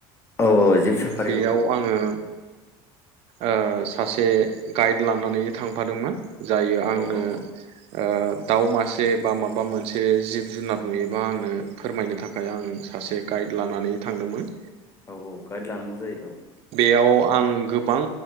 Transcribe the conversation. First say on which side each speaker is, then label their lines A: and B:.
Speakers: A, on the left; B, on the right.
A: औ औ जिब साफारि
B: बेयाव
A: औ औ
B: आंङो। ओ सासे गाइड लानानै थांफादोंमोन। जायो आंनो
A: औ औ
B: ओ दाउ मास। से बा माबा मोनसे जिब जुनार नुयोबा आंनो फोरमायनो थाखाय आं सासे गाइड लानानै। थांदोंमोन।
A: औ -औ -गायद लानांगौ। जायो
B: बेयाव आं गोबां